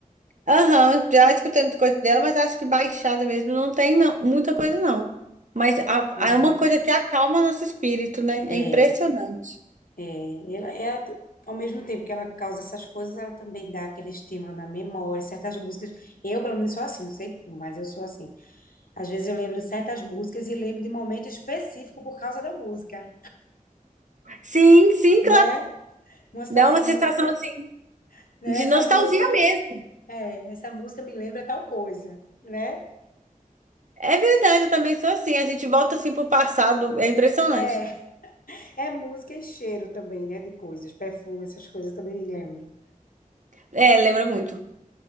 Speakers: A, on the right (about 60°); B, on the left (about 75°).
A: Aham, já escutei muita coisa dela, mas acho que baixada mesmo não tem não, muita coisa, não. Mas a-
B: Uhum.
A: a- é uma coisa que acalma nosso espírito, né? É
B: É,
A: impressionante.
B: é, ela, ela, ao mesmo tempo que ela causa essas coisas, ela também dá aquele estímulo na memória, certas músicas. Eu, pelo menos, sou assim, não sei tu, mas eu sou assim. Às vezes eu lembro de certas músicas e lembro de momento específico por causa da música,
A: Sim, sim,
B: né? Nossa,
A: Dá
B: Essa
A: uma
B: música,
A: sensação assim,
B: né?
A: de
B: Essa
A: nostalgia
B: música,
A: mesmo.
B: é, essa música me lembra tal coisa, né?
A: É verdade, eu também sou assim. A gente volta assim pro passado, é impressionante.
B: É, é música e cheiro também, né? De coisas, perfume, essas coisas eu também lembro.
A: É, lembra muito.